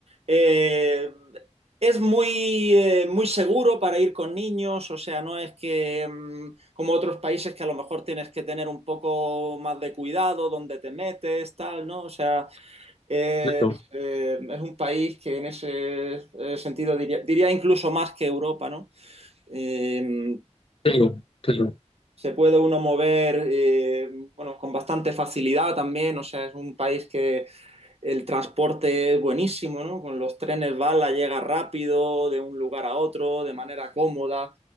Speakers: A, on the right; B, on the left.
A: eh, es muy, eh, muy seguro para ir con niños, o sea, no es que mm, como otros países que a lo mejor tienes que tener un poco más de cuidado donde te metes, tal, ¿no? O sea, eh,
B: Claro,
A: eh, es un país que en ese eh, sentido diría, diría incluso más que Europa, ¿no? Eh,
B: claro, claro,
A: se puede uno mover eh, bueno, con bastante facilidad también, o sea, es un país que el transporte es buenísimo, ¿no? Con los trenes bala llega rápido de un lugar a otro, de manera cómoda,